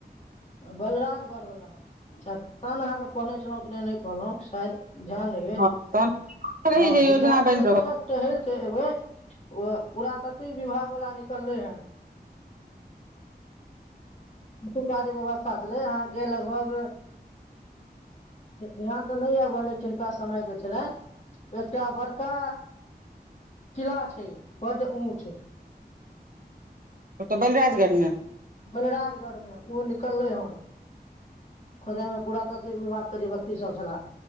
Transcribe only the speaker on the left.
बलराजगढ़वला तन अहाँके कहने छलौ क नहि कहलहु सायद ध्यान नहि अछि
हँ
विचार
करै
ओऽ टहैल केऽ एबे ओ पुरातात्विक विभागवला निकललै हेँ ओतुका जे व्यवस्था छलै अहाँके लगभग बिहान तऽ नहि आबि रहलै टिनका समय दै छलऽ एकटा बड़का किला छै बड ऊच
बलराजगढ़मे ओ निकललै हन खोदाय में पुरात्व विभागके जे व्यक्ति सब छलाह